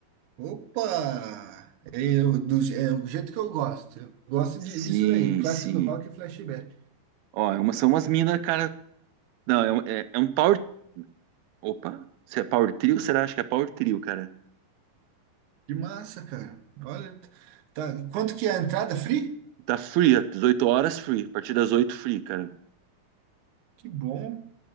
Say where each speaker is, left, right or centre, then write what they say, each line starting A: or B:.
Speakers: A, on the right; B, on the right.
A: Opa! É, Eu, do, é o jeito que eu gosto. Eu gosto
B: Sim,
A: de, disso daí, clássicos
B: sim.
A: do rock e flashback.
B: Ó, é uma, são umas minas, cara. Não, é, um- é, é um power. Opa, se é power trio? Será? Acho que é power trio, cara.
A: Que massa, cara. Olha, tá. Quanto que é a entrada? Free?
B: Tá free, ó, 18 horas free. A partir das 8 free, cara.
A: Que bom.